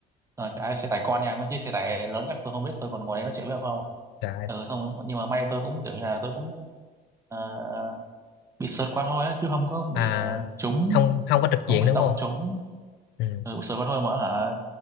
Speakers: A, on the right; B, on the left.
A: ờ, chả- xe tải con nha mấy chiếc xe tải lớn chắc tôi không biết tôi còn ngồi đấy nó chạy biết không
B: trời ơi.
A: ừ, xong nhưng mà may tôi cũng kiểu như là tôi cũng ờ, bị sượt qua thôi á chứ không có bị
B: à
A: ờ, trúng
B: không không có trực
A: không
B: diện
A: có
B: đúng
A: bị tông
B: không
A: trúng
B: ừ.
A: ừ, bị sượt qua thôi mà hả